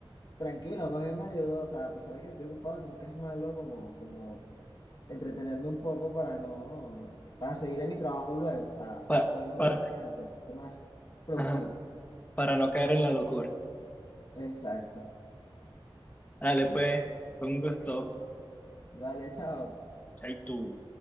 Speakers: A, on the left; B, on the left.
A: Tranquilo, más bien me ayudó. O sea, a pesar de que estoy ocupado, nunca es malo como, como entretenerme un poco para no, para seguir en mi trabajo luego, o sea,
B: para,
A: lo mismo
B: para,
A: que te dije antes, ser más productivo.
B: ajá, para no caer en la locura.
A: Exacto.
B: Dale, pues, con gusto.
A: Dale, chao.
B: Ahí tú.